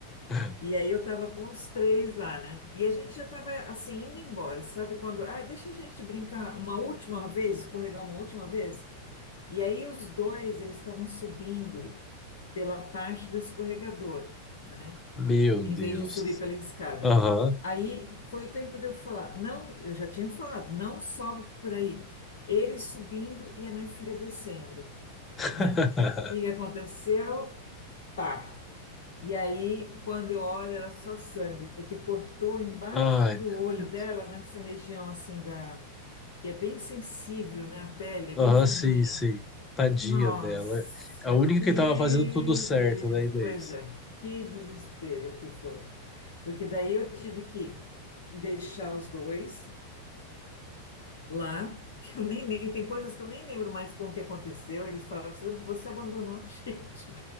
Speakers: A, on the left; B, on the left.
A: <laughs>
B: E aí eu tava com os três lá, né? E a gente já tava assim indo embora, sabe? Quando, ah, deixa a gente brincar uma última vez, escorregar uma última vez. E aí os dois, eles estavam subindo pela parte do escorregador, né?
A: Meu
B: Em
A: Deus.
B: vez de subir pela escada.
A: Aham.
B: Aí foi o tempo de eu falar, não, eu já tinha falado, não sobe por aí. Ele subindo e a minha filha descendo,
A: <laughs>
B: né? E O que aconteceu? Pá! E aí, quando eu olho, era só sangue, porque cortou embaixo
A: Ai,
B: do
A: meu
B: olho
A: Deus.
B: dela, nessa região assim da... que é bem sensível, né? A pele é bem
A: Aham,
B: fininha.
A: sim, sim. Tadinha
B: Nossa,
A: dela. A única
B: que
A: que tava fazendo tudo certo,
B: des...
A: né, Inês?
B: pois é, que desespero que foi. Porque daí eu tive que deixar os dois lá, que eu nem lembro, tem coisas que eu nem lembro mais com o que aconteceu. Eles falaram assim, você abandonou a <laughs> gente.